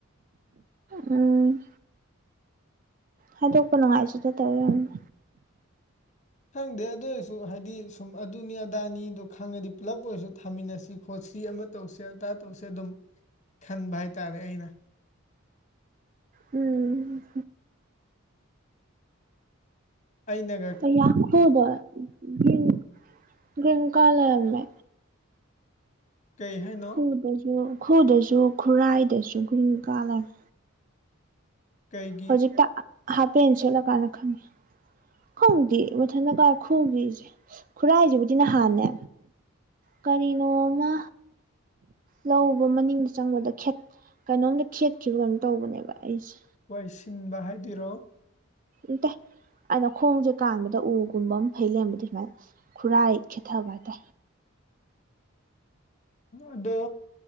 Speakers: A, on the right; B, on the left.
A: ꯎꯝ ꯍꯥꯢꯗꯣꯛꯄ ꯅꯨꯡꯉꯥꯏꯇꯦꯗ ꯇꯧ ꯑꯣꯢꯔꯝꯅꯤ
B: ꯈꯪꯗꯦ ꯑꯗꯨ ꯑꯣꯏꯔꯁꯨ ꯍꯥꯏꯗꯤ ꯁꯨꯝ ꯑꯗꯨꯅꯤ ꯑꯗꯥꯅꯤꯗ ꯈꯪꯉꯗꯤ ꯄꯨꯂꯞ ꯑꯣꯏꯔꯁꯨ ꯊꯥꯃꯤꯟꯅꯁꯤ ꯈꯣꯠꯁꯤ ꯑꯃ ꯇꯧꯁꯦ ꯑꯗꯥ ꯇꯧꯁꯦ ꯑꯗꯨꯝ ꯈꯟꯕ ꯍꯥꯏꯇꯥꯔꯦ ꯑꯩꯅ
A: ꯎꯝ
B: ꯑꯩꯅ
A: ꯑꯥꯌꯥ ꯈꯨ ꯎ ꯗ ꯒ꯭ꯔꯤꯟ ꯒ꯭ꯔꯤꯟ ꯀꯥ ꯂꯩꯔꯝꯃꯤ
B: ꯀꯩ ꯍꯥꯏꯅꯣ
A: ꯈꯨꯗꯁꯨ ꯈꯨꯗꯁꯨ ꯈꯨꯔꯥꯏꯗꯁꯨ ꯒ꯭ꯔꯤꯟ ꯀꯥ ꯂꯩꯔꯝꯃꯦ
B: ꯀꯩꯒꯤ
A: ꯍꯧꯖꯤꯛꯇ ꯍꯥꯞꯄꯦꯟ ꯁꯦꯠꯂ ꯀꯥꯟꯗ ꯈꯪꯉꯤ ꯈꯣꯡꯗꯤ ꯃꯊꯟꯗꯀꯣ ꯈꯨꯎꯒꯤꯁꯦ ꯈꯨꯔꯥꯏꯁꯤꯕꯨꯗꯤ ꯅꯍꯥꯟꯅꯦ ꯀꯔꯤꯅꯣꯃ ꯂꯧꯕ ꯃꯅꯤꯡꯗ ꯆꯪꯕꯗ ꯀꯩꯅꯣꯝꯇ ꯈꯦꯠꯈꯤꯕ ꯀꯩꯅꯣꯝ ꯇꯧꯕꯅꯦꯕ ꯑꯩꯁꯦ
B: ꯋꯥꯏꯁꯤꯟꯕ ꯍꯥꯏꯗꯣꯏꯔꯣ
A: ꯎꯠꯇꯦ ꯑꯗ ꯈꯣꯡꯁꯦ ꯀꯥꯟꯕꯗ ꯎꯒꯨꯝꯕ ꯑꯃ ꯐꯩ ꯂꯩꯔꯝꯕꯗ ꯁꯨꯃꯥꯏꯅ ꯈꯨꯔꯥꯏ ꯈꯦ ꯊꯕ ꯍꯥꯢꯇ
B: ꯑꯗꯣ